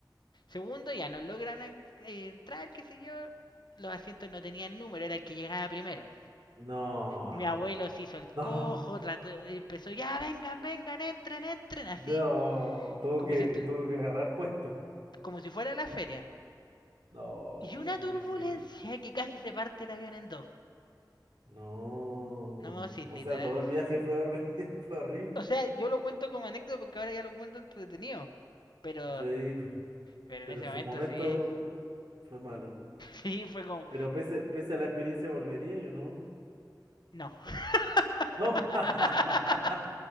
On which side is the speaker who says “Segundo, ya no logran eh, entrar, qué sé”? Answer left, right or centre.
Left